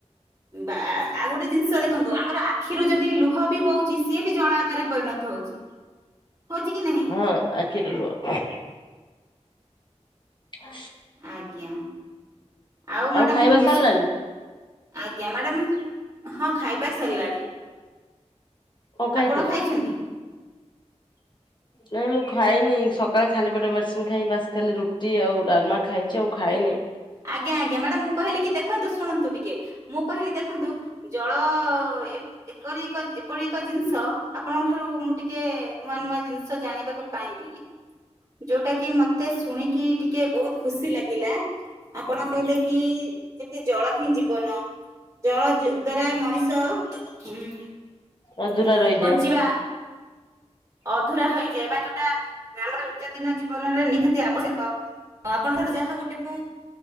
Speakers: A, on the right (about 30°); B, on the left (about 40°).
A: ବା ଆଉ ଗୋଟେ ଜିନିଷ ଦେଖନ୍ତୁ ଆମର ଆଖିରୁ ଯଦି ଲୁ ବି ବହୁଛି ସିଏ ବି ଜଳ ଆକାରରେ ପରିଣତ ହଉଛି। ହଉଛି କି ନାହିଁ?
B: ହଁ ଆଖିରୁ ଲୁହ। ହ
A: ଆଜ୍ଞା ଆଉ ମ୍ୟାଡ଼ାମ
B: ଖାଇବା
A: ଦୁଷ
B: ସରିଲାଣି
A: ଆଜ୍ଞା ମ୍ୟାଡାମ ହଁ ଖାଇବା ସରିଲାଣି।
B: କଣ ଖାଇଥିଲ?
A: ଆପଣ ଖାଇଛନ୍ତି? <inaudible>
B: ନାଇଁ ମୁଁ ଖାଇନି। ସକାଳେ ଖାଲି ପେଟ୍ ରେ ମେଡିସିନ୍ ଖାଇ ବାସ୍ ଖାଲି ରୁଟି, ଆଉ ଡାଲମା ଖାଇଛି, ଆଉ ଖାଇଏ୍ନି।
A: ଆଜ୍ଞା, ଆଜ୍ଞା, ମ୍ୟାଡ଼ାମ୍ ମୁଁ କହିଲି କି ଦେଖନ୍ତୁ ଶୁଣନ୍ତୁ ଟିକେ ମୁଁ କହିଲି ଦେଖନ୍ତୁ ଜଳ ଏବ୍ ଏକରି ଏକ, ଏପରି ଏକ ଜିନିଷ ଆପଣଙ୍କ ଠାରୁ ମୁଁ ଟିକେ ନୂଆ ନୂଆ ଜିନିଷ ଜାଣିବାକୁ ପାଇଁକି ଯୋଉଟା କି ମତେ ଶୁଣିକି ଟିକେ ବହୁତ ଖୁସି ଲାଗିଲା। ଆପଣ କହିଲେ କି, ଯେମିତି ଜଳ ହିଁ ଜୀବନ। ଜଳ ଜ ଦ୍ଵାରା ମଣିଷ ଉଁ- ଉଁ
B: ଅଧୁରା ରହିଯାଏ
A: ବଞ୍ଚିବା। ଅଧୁରା ହୋଇଯାଏ ବା ଯୋଉଟା ଆମର ନିତ୍ୟଦିନ ଜୀବନରେ ନିହାତି ଆବଶ୍ୟକ। ଆପଣଙ୍କର ଯାହା ଗୋଟେ ମୁଁ